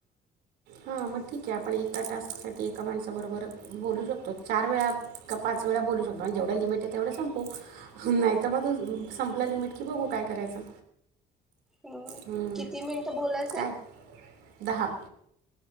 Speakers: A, on the right; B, in the centre.
A: हा मग ठीक आहे आपण एका टास्क साठी एका माणसा बरोबर बोलू शकतो चार वेळा पाच वेळा बोलू शकतो आणि जेवढ लमिट आहे. तेवढा संपू नाही तर मग संपला लिमिट कि बघू काय करायचं
B: हम्
A: हम्म,
B: किती मिनिटं बोलायच
A: काय
B: हाय
A: दहा